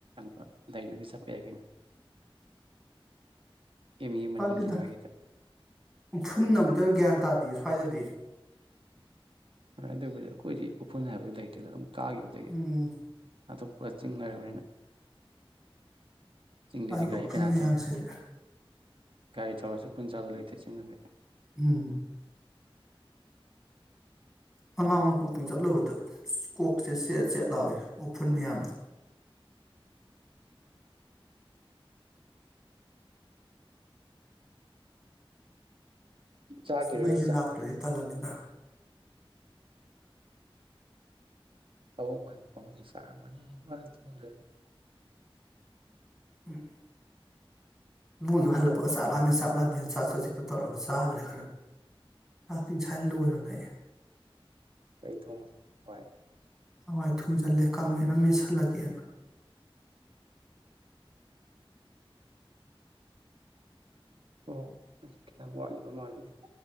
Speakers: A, on the right (about 65°); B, in the centre.
A: ꯀꯣ ꯂꯩꯗꯨꯁꯨ ꯆꯠꯄ ꯌꯥꯏ ꯀꯩꯅꯣ ꯑꯦꯝ ꯌꯨ
B: ꯄꯜꯂꯤꯗ
A: ꯃꯅꯤꯡꯒꯤ ꯑꯗꯨꯋꯥꯏꯒꯤꯗ
B: ꯐꯨꯟꯅ ꯑꯃꯨꯛꯇ ꯒ꯭ꯌꯥꯟ ꯇꯥꯗꯦꯁꯨ ꯍꯥꯏꯖꯗꯤ
A: ꯀꯃꯥꯏꯅ ꯇꯧꯕꯁꯦ ꯑꯩꯈꯣꯏꯗꯤ ꯎꯐꯨꯟ ꯍꯥꯏꯕꯗꯨ ꯂꯩꯇꯦꯗ ꯑꯗꯨꯝ ꯀꯥꯈꯤꯕꯗꯒꯤ
B: ꯎꯝ
A: ꯑꯇꯣꯞꯄ ꯆꯤꯡ ꯂꯩꯔꯕꯅꯤꯅ ꯆꯤꯡꯗꯗꯤ
B: ꯑꯩ ꯑꯣꯐꯝꯟꯅ
A: ꯒꯥꯔꯤ ꯀꯅꯥ ꯊꯧꯏ
B: ꯍꯥꯏꯁꯤꯗꯦ
A: ꯒꯥꯔꯤ ꯊꯧꯔꯁꯨ ꯄꯨꯟ ꯆꯥꯕ ꯂꯩꯇꯦ ꯆꯁꯤꯡꯅꯁꯦ
B: ꯎꯝ ꯃꯃꯥꯡ ꯅꯄꯣꯛꯛꯇꯪ ꯆꯠꯂꯨꯕꯗ ꯀ ꯀꯣꯛꯁꯦ ꯆꯦꯠ ꯆꯦꯠ ꯂꯥꯎꯏ ꯎꯐꯨꯜ ꯃꯌꯥꯝꯅ
A: ꯆꯥꯈꯤꯔꯣꯏꯕ
B: ꯃꯩꯁꯦ
A: ꯆꯥꯛꯇꯤ
B: ꯂꯥꯛꯇ꯭ꯔꯗꯤ ꯇꯜꯂꯅꯤꯗ
A: ꯑꯣꯏ ꯐꯥꯎ ꯁꯔꯕꯅꯤ ꯃꯔꯦ
B: ꯎꯝ ꯏꯕꯣꯟꯗꯣ ꯍꯜꯂꯛꯄꯒ ꯆꯥꯛ ꯂꯥꯝꯃꯦ ꯆꯥꯛ ꯂꯥꯛꯥꯝꯃꯦ ꯆꯥꯛ ꯆꯥꯖꯤꯛꯇꯣ ꯇꯧꯔꯒ ꯆꯥꯈ꯭ꯔꯦ ꯈꯔ ꯆꯥꯛꯇꯤꯟ ꯁꯋꯥꯥꯏꯅ ꯂꯣꯏꯔꯣꯅꯦ ꯑꯩ
A: ꯀꯔꯤ ꯊꯣꯡ ꯋꯥꯏ
B: ꯍꯋꯥꯏ ꯊꯣꯡꯖꯤꯜꯂꯦ ꯀꯥꯡꯃꯠ ꯑꯃ ꯃꯦꯠꯁꯤꯜꯂꯒꯦꯅ
A: ꯑꯣ ꯑꯩ ꯈꯤꯇꯪ ꯋꯥꯠꯂꯤꯕ ꯃꯥꯜꯂꯤꯦꯗ